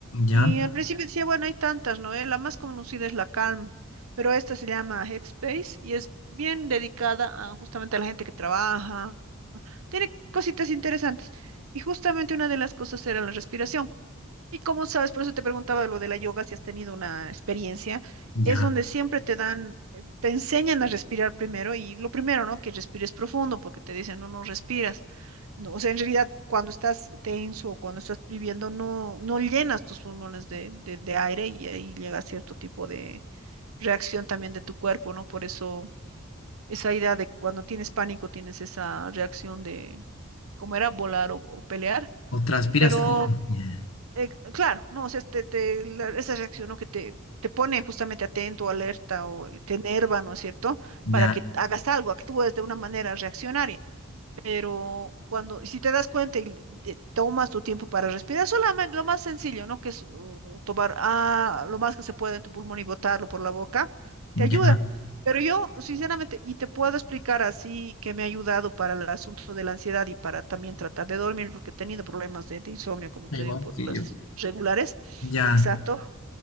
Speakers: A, on the left (about 75°); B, on the right (about 85°).
A: Ya,
B: Y al principio decía, bueno, hay tantas, ¿no? Eh, La más conocida es la Calm, pero esta se llama Headspace y es bien dedicada a, justamente a la gente que trabaja tiene cositas interesantes. Y justamente una de las cosas era la respiración. Y como sabes, por eso te preguntaba lo de la yoga, si has tenido una experiencia,
A: ya.
B: es donde siempre te dan, eh, te enseñan a respirar primero y lo primero, ¿no? Que respires profundo porque te dicen, no, no respiras. No, o sea, en realidad, cuando estás tenso o cuando estás viviendo, no, no llenas tus pulmones de, de de aire y ahí llega cierto tipo de reacción también de tu cuerpo, ¿no? Por eso esa idea de cuando tienes pánico, tienes esa reacción de, ¿cómo era? Volar o, o pelear.
A: O transpiras
B: Pero,
A: frío. Ya,
B: eh, claro, no, o sea, te- te- la- esa reacción, ¿no? que te, te pone justamente atento, alerta o te enerva, ¿no es cierto?
A: ya,
B: Para que hagas algo, actúes de una manera reaccionaria. Pero cuando, si te das cuenta y te tomas tu tiempo para respirar, solamente lo más sencillo, ¿no? Que es uh, tomar ah, lo más que se puede en tu pulmón y botarlo por la boca, te ayuda.
A: ya.
B: Pero yo, sinceramente, y te puedo explicar así que me ha ayudado para el asunto de la ansiedad y para también tratar de dormir, porque he tenido problemas de, de insomnio, como
A: da
B: te
A: Igual
B: digo, por
A: que
B: las
A: yo.
B: regulares.
A: Ya.
B: Exacto. Ya.